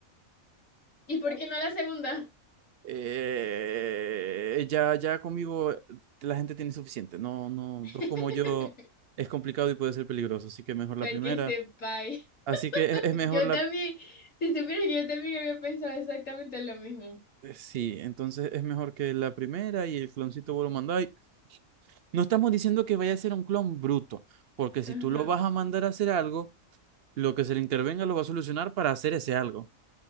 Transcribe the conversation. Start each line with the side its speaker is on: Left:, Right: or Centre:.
Left: ¿Y por qué no la segunda?
Right: eh, ya, ya conmigo eh, la gente tiene suficiente. No, no,
Left: <laughs>
Right: dos como yo es complicado y puede ser peligroso, así que mejor
Left: Para
Right: la primera.
Left: que sepáis.
Right: Así que es, es mejor
Left: Yo
Right: la...
Left: también, si supieras que yo también había pensado exactamente lo mismo.
Right: eh, Sí, entonces es mejor que la primera y el cloncito vos lo mandáis. No estamos diciendo que vaya a ser un clon bruto, porque si
Left: Ajá,
Right: tú lo vas a mandar a hacer algo, lo que se le intervenga lo va a solucionar para hacer ese algo.